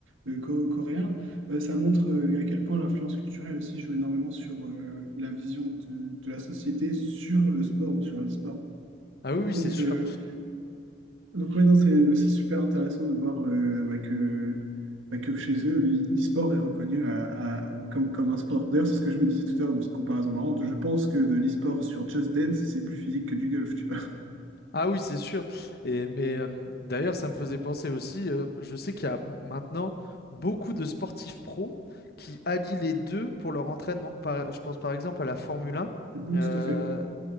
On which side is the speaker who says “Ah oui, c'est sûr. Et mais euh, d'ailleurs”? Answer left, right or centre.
Left